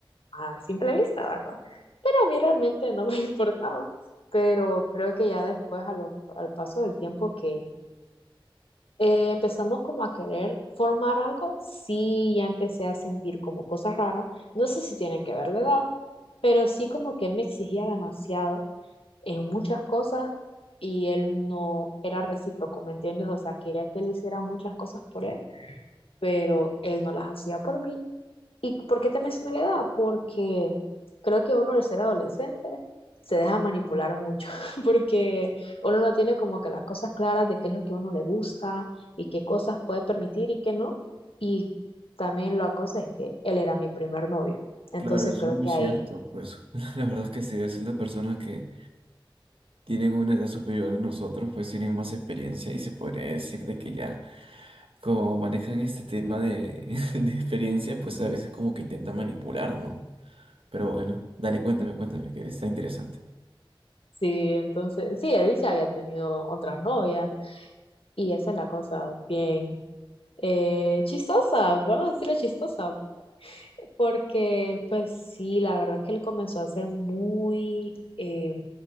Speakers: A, on the left; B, on the right.
A: a simple vista, ¿verdad? Pero a mí realmente no me <laughs> importaba. Pero creo que ya después, a lo- al paso del tiempo que eh, empezamos como a querer formar algo, sí, ya empecé a sentir como cosas raras. No sé si tiene que ver la edad, pero sí como que él me exigía demasiado en muchas cosas y él no era recíproco, ¿me entiendes? O sea, quería que él hiciera muchas cosas por él, pero él no las hacía por mí. ¿Y por qué te mencioné la edad? Porque creo que uno al ser adolescente se deja manipular mucho, <laughs> porque uno no tiene como que las cosas claras de qué es lo que a uno le gusta y qué cosas puede permitir y qué no. Y también la cosa es que él era mi primer novio, entonces
B: Claro, eso
A: creo
B: es muy
A: que
B: cierto.
A: ahí,
B: Pues <laughs> la verdad es que sí, a veces las personas que tienen una edad superior a nosotros, pues tienen más experiencia y se podría decir de que ya, como manejan este tema de, <laughs> de experiencia, pues a veces como que intentan manipular, ¿no? Pero bueno, dale, cuéntame, cuéntame, que está interesante.
A: sí, entonces, sí, él ya había tenido otras novias. Y esa es la cosa bien eh, chistosa, vamos a decirle chistosa, porque pues sí, la verdad que él comenzó a ser muy eh,